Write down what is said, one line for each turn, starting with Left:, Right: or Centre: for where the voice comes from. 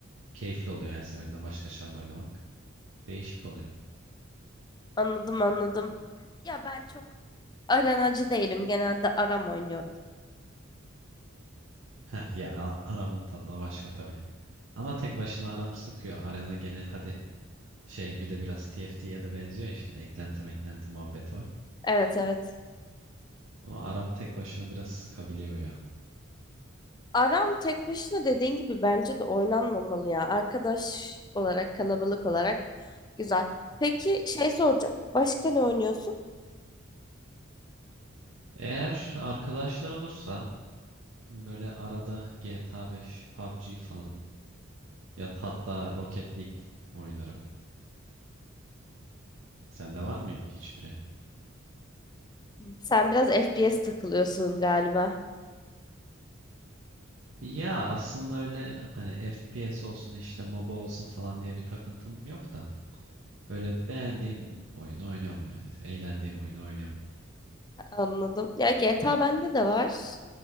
Right: Keyifli oluyor her seferinde başka çarla oynamak. Değişik oluyor.
Left: Anladım anladım. Ya ben çok arenacı değilim. Genelde aram oynuyorum.
Right: He ya a- aramın tadı da başka tabii. Ama tek başına aram sıkıyor. Arena gene hadi şey bir de biraz TFT'ye de benziyor ya şimdi eklenti meklenti muhabbeti var.
Left: Evet evet.
Right: Ama aram tek başına biraz sıkabiliyor ya.
Left: Aram tek başına dediğin gibi bence de oynanmamalı ya. Arkadaş olarak, kalabalık olarak güzel. Peki şey soracağım. Başka ne oynuyorsun?
Right: Eğer arkadaşlar olursa Böyle arada GTA 5, PUBG falan ya hatta Rocket League oynarım. Sende var mı hiçbiri?
Left: Sen biraz FPS takılıyorsun galiba.
Right: Ya aslında öyle hani FPS olsun işte MOBA olsun falan diye bir takıntım yok da öyle beğendiğim oyunu oynuyorum böyle. Eğlendiğim oyunu oynuyorum.
Left: Anladım. Ya GTA bende de var.